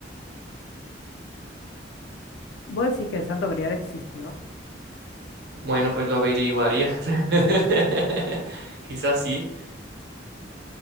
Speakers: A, on the left; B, on the right.
A: ¿Vos decís que el Santo Grial existió?
B: Bueno, pues lo averiguaría. <laughs> Quizás sí.